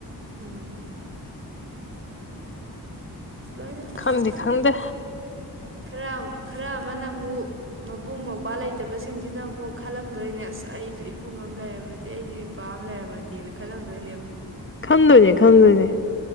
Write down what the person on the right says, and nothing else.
ꯎꯝ ꯂꯣꯏꯅ ꯏ
ꯀꯗ
ꯈꯔ ꯈꯔ ꯑꯃꯅ ꯑꯃꯨꯛ ꯃꯕꯨꯡ ꯃꯧꯄ꯭ꯋꯥ ꯂꯩꯇꯕꯁꯤꯡꯁꯤꯅ ꯑꯃꯨꯛ ꯈꯜꯂꯝꯗꯣꯏꯅꯦ ꯑꯁ ꯑꯩꯁꯨ ꯏꯄꯨꯡ ꯑꯃ ꯂꯩꯔꯝꯃꯗꯤꯦ ꯑꯩꯁꯨ ꯏꯄꯥ ꯑꯃ ꯂꯩꯔꯝꯃꯗꯦꯅ ꯈꯜꯂꯝꯗꯣꯏꯅꯦꯕ